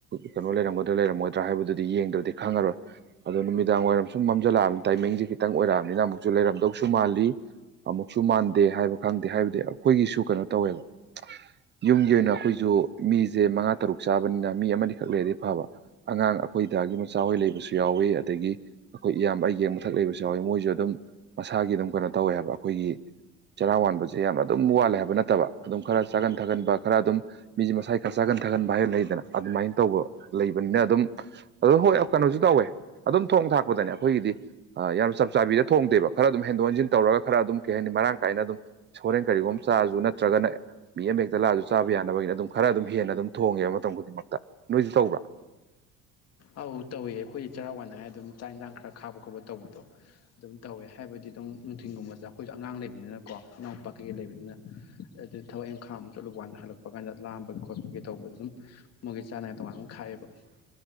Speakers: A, on the right; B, on the left.
A: ꯀꯩꯅꯣ ꯂꯩꯔꯝꯒꯗ꯭ꯔꯥ ꯂꯩꯔꯝꯃꯣꯏꯗ꯭ꯔꯥ ꯍꯥꯏꯕꯗꯨꯗꯤ ꯌꯦꯡꯗ꯭ꯔꯗꯤ ꯈꯪꯉꯔꯣꯏ ꯑꯗꯣ ꯅꯨꯃꯤꯗꯥꯡ ꯋꯥꯏꯔꯝ ꯁꯨꯝ ꯃꯝꯁꯤꯜꯂꯛꯑꯕꯅꯤ ꯇꯥꯏꯃꯤꯡꯁꯦ ꯈꯤꯇꯪ ꯑꯣꯏꯔꯛꯑꯕꯅꯤꯅ ꯑꯃꯨꯛꯁꯨ ꯂꯩꯔꯝꯗꯧꯁꯨ ꯃꯥꯜꯂꯤ ꯑꯃꯨꯛꯁꯨ ꯃꯥꯟꯗꯦ ꯍꯥꯏꯕ ꯈꯪꯗꯦ ꯍꯥꯏꯕꯗꯤ ꯑꯩꯈꯣꯏꯒꯤꯁꯨ ꯀꯩꯅꯣ ꯇꯧꯋꯦꯕ ꯌꯨꯝꯒꯤ ꯑꯣꯏꯅ ꯑꯩꯈꯣꯏꯁꯨ ꯃꯤꯁꯦ ꯃꯉꯥ ꯇꯔꯨꯛ ꯆꯥꯕꯅꯤꯅ ꯃꯤ ꯑꯃꯅꯤꯈꯛ ꯂꯩꯔꯗꯤ ꯐꯕ ꯑꯉꯥꯡ ꯑꯩꯈꯣꯏꯗꯥꯒꯤ ꯃꯆꯥꯍꯣꯏ ꯂꯩꯕꯁꯨ ꯌꯥꯎꯋꯤ ꯑꯗꯒꯤ ꯑꯩꯈꯣꯏ ꯏꯌꯥꯝꯕ ꯑꯩ ꯌꯦꯡ ꯃꯊꯛ ꯂꯩꯕꯁꯨ ꯌꯥꯎꯋꯤ ꯃꯣꯏꯁꯨ ꯑꯗꯨꯝ ꯃꯁꯥꯒꯤ ꯑꯗꯨꯝ ꯀꯩꯅꯣ ꯇꯧꯋꯦ ꯍꯥꯏꯕ ꯑꯩꯈꯣꯏꯒꯤ ꯆꯔꯥ ꯋꯥꯟꯕꯁꯦ ꯌꯥꯝꯅ ꯑꯗꯨꯝ ꯋꯥꯠꯂꯦ ꯍꯥꯏꯕ ꯅꯠꯇꯕ ꯑꯗꯨꯝ ꯈꯔ ꯆꯥꯒꯟ ꯊꯛꯒꯟꯕ ꯈꯔ ꯑꯗꯨꯝ ꯃꯤꯖꯦ ꯃꯁꯥꯏ ꯈꯔ ꯆꯥꯒꯟ ꯊꯥꯒꯟꯕ ꯍꯥꯏꯕ ꯂꯩꯗꯅ ꯑꯗꯨꯃꯥꯏꯅ ꯇꯧꯕ ꯂꯩꯕꯅꯤꯅ ꯑꯗꯨꯝ ꯑꯗꯨ ꯍꯣꯏ ꯀꯩꯅꯣꯁꯨ ꯇꯧꯋꯦ ꯑꯗꯨꯝ ꯊꯣꯡ ꯊꯥꯛꯄꯗꯅꯦ ꯑꯩꯈꯣꯏꯒꯤꯗꯤ ꯌꯥꯝ ꯆꯞ ꯆꯥꯕꯤꯗ ꯊꯣꯡꯗꯦꯕ ꯈꯔ ꯑꯗꯨꯝ ꯍꯦꯟꯗꯣꯛ ꯍꯦꯟꯖꯤꯟ ꯇꯧꯔꯒ ꯈꯔ ꯑꯗꯨꯝ ꯀꯩ ꯍꯥꯏꯅꯤ ꯃꯔꯥꯡ ꯀꯥꯏꯅ ꯑꯗꯨꯝ ꯍꯣꯔꯦꯟ ꯀꯔꯤꯒꯨꯝꯕ ꯆꯥꯔꯁꯨ ꯅꯠꯇ꯭ꯔꯒꯅ ꯃꯤ ꯑꯃ ꯍꯦꯛꯇ ꯂꯥꯛꯑꯁꯨ ꯆꯥꯕ ꯌꯥꯏꯅ ꯅꯕꯒꯤꯅ ꯑꯗꯨꯝ ꯈꯔ ꯑꯗꯨꯝ ꯍꯦꯟꯅ ꯑꯗꯨꯝ ꯊꯣꯡꯉꯦꯕ ꯃꯇꯝ ꯈꯨꯗꯤꯡꯃꯛꯇ ꯅꯣꯏꯁꯨ ꯇꯧꯕ꯭ꯔꯥ
B: ꯑꯧ ꯇꯧꯏꯦ ꯑꯩꯈꯣꯏꯗꯤ ꯆꯔꯥꯛ ꯋꯥꯅꯤꯡꯉꯥꯏ ꯑꯗꯨꯝ ꯆꯥꯛ ꯌꯦꯟꯁꯥꯡ ꯈꯔ ꯈꯥꯕ ꯈꯣꯠꯄ ꯇꯧꯕꯗꯣ ꯑꯗꯨꯝ ꯇꯧꯋꯦ ꯍꯥꯏꯕꯗꯤ ꯑꯗꯨꯝ ꯅꯨꯡꯊꯤꯜꯒꯨꯝꯕꯗ ꯑꯩꯈꯣꯏꯁꯨ ꯑꯉꯥꯡ ꯂꯩꯕꯅꯤꯅꯀꯣ ꯏꯅꯥꯎꯄꯥ ꯀꯩꯀꯩ ꯂꯩꯕꯅꯤꯅ ꯑ ꯊꯕꯛ ꯏꯪꯈꯥꯝ ꯑꯃ ꯆꯠꯂꯨ ꯀꯥꯟꯗ ꯍꯜꯂꯛꯄ ꯀꯥꯟꯗ ꯂꯥꯝꯕꯒꯤ ꯈꯣꯠꯄꯒꯤ ꯇꯧꯕꯗꯣ ꯑꯗꯨꯝ ꯃꯣꯏꯒꯤ ꯆꯥꯅꯉꯥꯏ ꯇꯣꯉꯥꯟꯅ ꯑꯃꯨꯛ ꯈꯥꯛꯑꯦꯕ